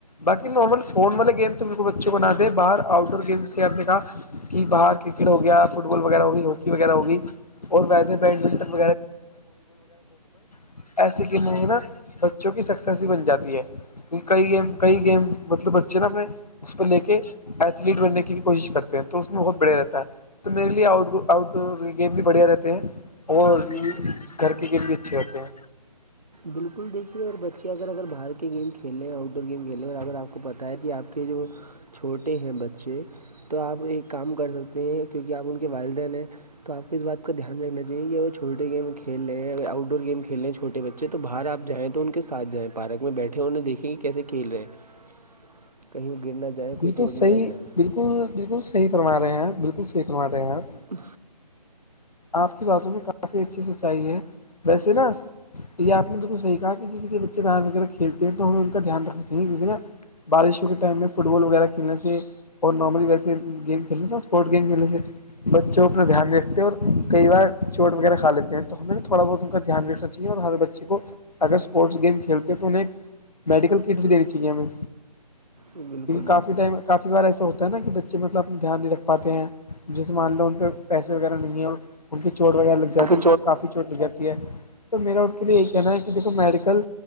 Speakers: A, on the left (about 75°); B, on the right (about 70°).
A: بقی نارمل فون والے گیم تو مرے بچوں کو بنا دیں باہر آؤٹ ڈور گیم سے آپ نے کہا کہ باہر کرکٹ ہو گیا فٹ بال وغیرہ ہو گئی ہاکی وغیرہ ہوگی اور ویسے بیڈمنٹن <unintelligible> ایسی گیموں میں نا بچوں کی سکسیس ہی بن جاتی ہے کل گیم کل گیم مطلب بچے نا ہمیں اس پہ لے کے ایتھلیٹ بننے کی بھی کوشش کرتے ہیں تو اس میں بہت بڑھیا رہتا ہے تو میرے لیے آٹ آؤٹ ڈور گیم بھی بڑھیا رہتے ہیں اور بھی
B: سے
A: گھر کے کیی بچے اتے ہے
B: بالکل دیکھیے اور بچے اگر اگر باہر کے گیم کھیل اور آؤٹ ڈور گیم کھیلیں ہیں اور اگر آپ کو جی اپ کے جو چھوٹے ہیں بچے تو آپ ایک کام کر سکتے ہیں کیونکہ آپ ان کے والدین ہیں تو آپ کو یہ بات کا دھیان رنااہیے کہ اگر چھوٹے گیم کھیلے اور آؤٹ ڈور گیم کھیل رہ ہیں چھوے بچے اچ تو باہر آپ جائیں تو ان کے ساتھ جائیں پارک میں بیٹھے ہو انہیں دیکیںے کہ کیسے کھیل رہے ہیں کہیں وہ گر نہ جائیں
A: بالکل
B: کوئی چوٹ نہ
A: صحیح
B: لگ جائے
A: بالکل بالکل صحیح فرما رہے ہیں آپ بالکل صحیح فرما رہے ہیں آپ
B: ا
A: آپ کی باتوں میں کافی اچھی سچائی ہے ویسے نا یہ آ پ نے صحیح کہا کسی کے بچے <unintelligible> وغیرہ کھیلتے ہے تو دھیان رکھنا پڑھتا ہے بارشوں کے ٹائم میں فٹ بال وغیرہ کھیلنے سے اور نارملی ویسے گیم کھیلنے سے اسپورٹس گیم کھیلنے سے بچوں پر دھیان رکھتے ہیں اور کئی بار چوٹ وغیرہ کھا لیتے ہے تو ہمیں تھوڑا بہت ان کا دھیان رکھنا چاہیے اور ہمارے بچے کو اگر اسپورٹس گیم کھیلتے تو انہیں ایک میڈیکل کٹ بھی دینی چاہیے ہمیں
B: بالکل
A: کیونکہ کافی
B: بالکل
A: ٹائم کافی بار ایسا ہوتا ہے نا کہ بچے مطلب اپنا دھیان نہیں رکھ پاتے ہیں جس مان لو ان پہ پسے وغیرہ نہیں اور ان چوٹ وغیرہ لگ جاتی
B: ان کو
A: ہے تو کافی چوٹ لگ جاتی ہے تو میرا ان کے لیے یہی کہنا ہے کہ دیکھو میڈیکل